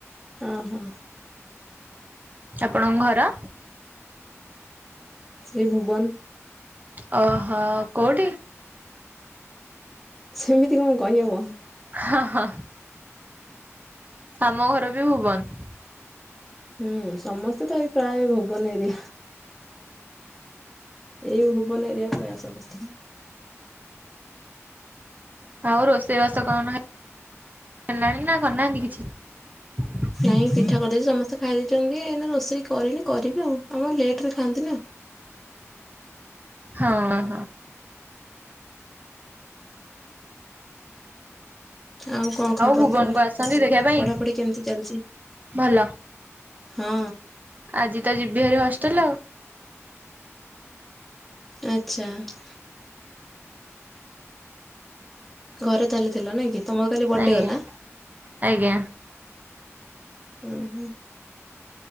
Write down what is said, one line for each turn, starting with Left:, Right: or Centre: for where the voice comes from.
Centre: ଓ ହୋ।
Right: ଆପଣଙ୍କ ଘର?
Centre: ସେ ଭୁବନ।
Right: ଓ ହୋ କୋଉଠି?
Centre: ସେମିତି କଣ କହିହବ?
Right: ହ ହ, ଆମ ଘର ବି ଭୁବନ।
Centre: ହୁଁ ସମସ୍ତେ ତ ଏଇ ପ୍ରାୟ ଭୁବନ ଏରିଆ। ଏଇ ଭୁବନ ଏରିଆ ପ୍ରାୟ ସମସ୍ତେ।
Right: ଆଉ ରୋଷେଇବାସ କଣ? ହେଲଣି ନା କରନାହାନ୍ତି କିଛି।
Centre: ନାଇଁ ପିଠା କରିଦେଇଛି, ସମସ୍ତେ ଖାଇ ଦେଇଛନ୍ତି, ଏଇ ରୋଷେଇ କରିନି, କରିବି ଆଉ, ଆମର ଲେଟରେ ଖାଆନ୍ତି ନା।
Right: ହଁ ହଁ।
Centre: ଆଉ କଣ ଖବର
Right: ଭୁବନକୁ
Centre: କୁହ?
Right: ଆସନ୍ତି ଦେଖିବା ପାଇଁ
Centre: ପଢାପଢି କେମିତି ଚାଲିଛି?
Right: ଭଲ।
Centre: ହଁ।
Right: ଆଜି ତ ଯିବି ହେରିି ହଷ୍ଟେଲ ଆଉ।
Centre: ଆଛା । ଘରେ ତାହେଲେ ଥିଲ ନାଇଁ କି? ତମର କାଲି ବର୍ଥଡେ
Right: ଆଜ୍ଞା
Centre: ଗଲା।
Right: ଆଜ୍ଞା।
Centre: ହୁଁ ହୁଁ।